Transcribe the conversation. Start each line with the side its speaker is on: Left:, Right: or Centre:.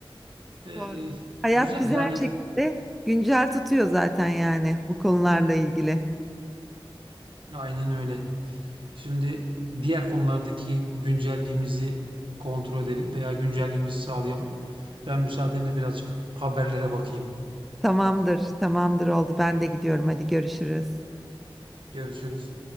Right: E,
Centre: doğru. Hayat
Right: Güzel
Centre: bizi
Right: yani
Centre: her şekilde güncel tutuyor zaten yani bu konularla ilgili.
Right: aynen öyle. Şimdi diğer konulardaki güncelliğimizi kontrol edelim veya güncelliğimizi sağlayalım. Ben müsaadenle birazcık haberlere bakayım.
Centre: Tamamdır, tamamdır oldu. Ben de gidiyorum. Hadi görüşürüz.
Right: Görüşürüz.